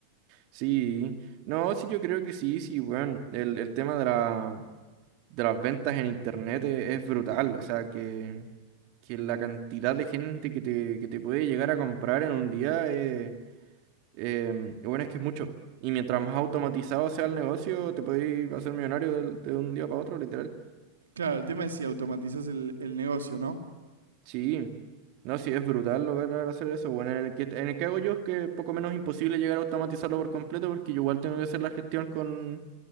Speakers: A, on the right (about 45°); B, on the right (about 70°).
A: Sí, no, sí, yo creo que sí, sí, bueno, el, el tema de la, de las ventas en internet e- es, brutal, o sea, que, que la cantidad de gente que te, que te puede llegar a comprar en un día, eh, em, bueno, es que es mucho, y mientras más automatizado sea el negocio, te puedes hacer millonario del- de, un día para otro, literal.
B: Claro, el tema es si automatizás el, el negocio, ¿no?
A: Sí, no, sí, es brutal lograr hacer eso. Bueno, en el que, en el que hago yo es que poco menos imposible llegar a automatizarlo por completo porque yo igual tengo que hacer la gestión con,